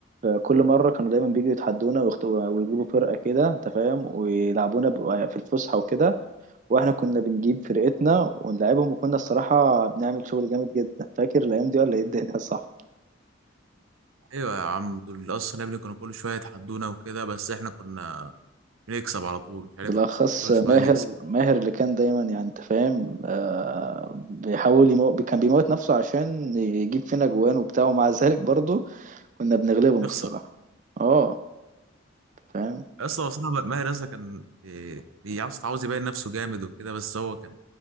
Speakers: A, on the right; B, on the right.
A: كل مرة كانوا دايما بيجوا يتحدونا ويخت- ويجيبوا فرقة كده انت فاهم ويلعبونا ب- في الفسحة وكده واحنا كنا بنجيب فرقتنا ونلعبهم وكنا الصراحة بنعمل شغل جامد جدا فاكر الأيام دي ولا ايه الدنيا <laughs> صح
B: ايوه يا عم دول اصلا يا ابني كانوا كل شويه يتحدونا وكده بس احنا كنا نكسب على طول مش عارف
A: بالأخص
B: كل
A: ماهر
B: شويه نكسب
A: ماهر اللي كان دايما يعني انت فاهم آه بيحاول يمو... كان بيموت نفسه عشان يجيب فينا جوان وبتاع ومع ذلك برضه كنا بنغلبهم
B: يخسر
A: الصراحة اه فاهم
B: اصلا بصراحه ماهر اصلا كان إيه، بيعص- عاوز يبين نفسه جامد وكده بس هو كان